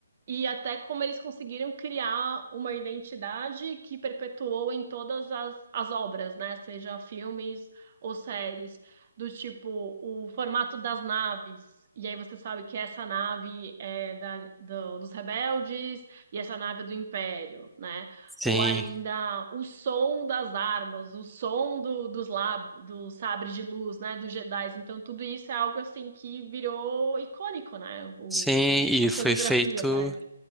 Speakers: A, on the right; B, in the centre.
A: E até como eles conseguiram criar uma identidade que perpetuou em todas as, as obras, né? Seja filmes ou séries, do tipo o formato das naves. E aí você sabe que essa nave é da, do- dos rebeldes e essa nave é do Império, né?
B: sim,
A: Ou ainda o som das armas, o som do, dos lab, dos sabres de luz, né? Dos Jedis. Então tudo isso é algo assim que virou icônico, né? O,
B: sim, e
A: o- a sonografia,
B: foi feito,
A: parece.